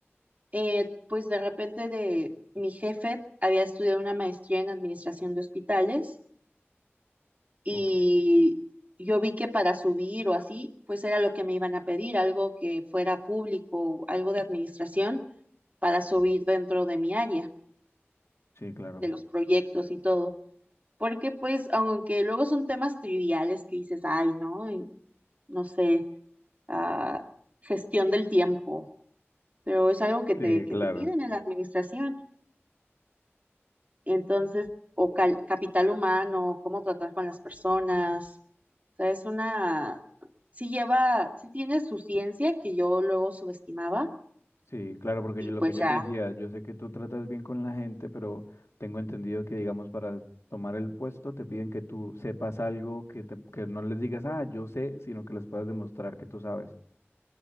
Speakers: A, on the right; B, on the left.
A: eh, pues de repente de mi jefe había estudiado una maestría en administración de hospitales y
B: Ok.
A: yo vi que para subir o así, pues era lo que me iban a pedir, algo que fuera público, algo de administración para subir dentro de mi área,
B: Sí, claro.
A: de los proyectos y todo. Porque pues, aunque luego son temas triviales que dices, ay, no, y no sé, ah, gestión del tiempo, pero es algo que te,
B: Sí,
A: que
B: claro.
A: te piden en la administración. Entonces, o cal- capital humano, cómo tratar con las personas. O sea, es una, sí lleva, sí tiene su ciencia que yo luego subestimaba
B: Sí, claro, porque
A: y
B: yo, lo
A: pues
B: que yo
A: ya,
B: te decía, yo sé que tú tratas bien con la gente, pero tengo entendido que, digamos, para tomar el puesto te piden que tú sepas algo, que, te- que no les digas, ah, yo sé, sino que les puedas demostrar que tú sabes.